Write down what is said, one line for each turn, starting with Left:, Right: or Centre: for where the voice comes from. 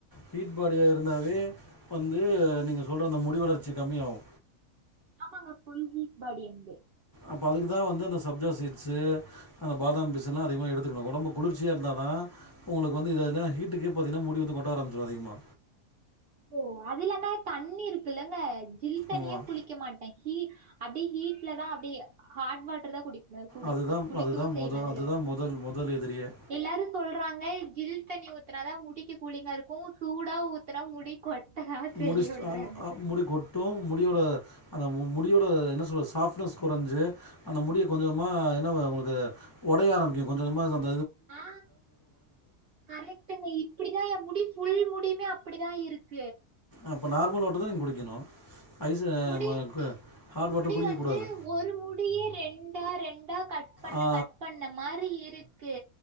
Left: ஹீட் பாடியா இருந்தாவே வந்து நீங்க சொல்ற அந்த முடி வளர்ச்சி கம்மியாவு
Right: <inaudible> மாங்க ஃபுல் ஹீட் பாடி என்து
Left: அப்போ அதுக்கு தா வந்து அந்த சப்ஜா சீட்ஸு அந்த பாதாம் பிசின்லா அதிகமா எடுத்துக்கனு ஒடம்பு குளிர்ச்சியா இர்ந்தா தா உங்ளுக்கு வந்து இது அந்த ஹீட்டுக்கே பாத்தீங்னா முடி வந்து கொட்ட ஆரம்பிச்சிரு அதிகமா
Right: <inaudible> ஓ அதுல்லாம தண்ணி இருக்குல்லங்க ஜில் தண்ணியே
Left: ஆமாம்
Right: குளிக்க மாட்டே ஹீ அப்டி ஹீட்ல தா அப்டியே ஹாட் வாட்ரு தா குடி ல குடித்து
Left: அதுதான்
Right: குளிக்கவு
Left: அதுதான்
Right: செய்வே
Left: முத
Right: அதுல
Left: அதுதான் முதல் முதல் எதிரியே
Right: எல்லாரு சொல்றாங்க ஜில் தண்ணி ஊத்துனாதா முடிக்கு கூலிங்கா இருக்கு சூடா ஊத்துனா முடி கொட்டதா செய்யுன்றாங்க
Left: முடி ஸ்ட்ராமா அ முடி கொட்டு முடியோட அந்த முடியோட என்ன சொல்றது சாஃப்ட்னஸ் கொறஞ்சி அந்த முடிய கொஞ்சமா என்ன அ உங்களுக்கு ஒடய ஆரம்பிக்கு கொஞ்ச கொஞ்சமா சம்
Right: ஆ கரெக்ட்டுங்க இப்டி தா எ முடி ஃபுல் முடியுமே அப்பிடி தா இருக்கு
Left: அப்போ நார்மல் வாட்டர் தா நீங் குளிக்கனு ஐஸு
Right: முடி
Left: ம க ஹாட் வாட்ரு
Right: முடி
Left: குளிக்க
Right: வந்து
Left: கூடாது
Right: ஒரு முடியே ரெண்டா ரெண்டா கட் பண்ண
Left: ஆ
Right: கட் பண்ண மாரி இருக்கு